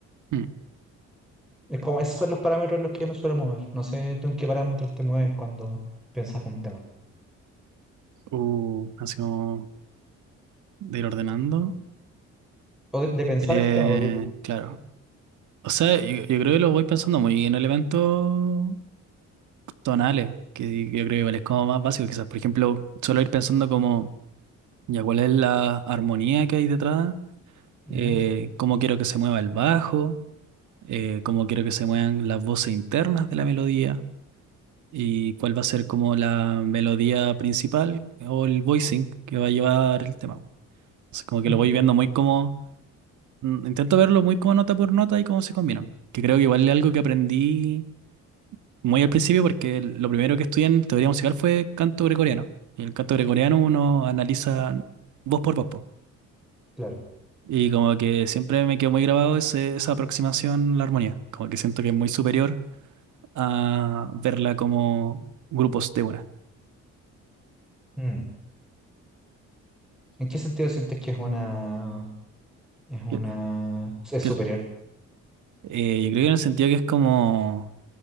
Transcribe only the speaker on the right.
mm.
Uh, así como de ir ordenando.
Eh,
claro. O sea, yo, yo creo que los voy pensando muy en elementos tonales, que yo creo que igual es como más básico, quizás. Por ejemplo, solo ir pensando como, ya cuál es la armonía que hay detrás,
eh, cómo quiero que se mueva el bajo eh, cómo quiero que se muevan las voces internas de la melodía y cuál va a ser como la melodía principal o el voicing que va a llevar el tema. Entonces, como que
lo voy viendo muy como, mm, intento verlo muy como nota por nota y cómo se combinan, que creo que igual es algo que aprendí muy al principio porque lo primero que estudié en teoría musical fue canto gregoriano. Y el canto gregoriano uno analiza voz por voz. po.
Y como que siempre me quedó muy grabado ese- esa aproximación a la armonía. Como que siento que es muy superior a verla como grupos de buenas.
Que-
que-
eh, yo creo que en el sentido que es como,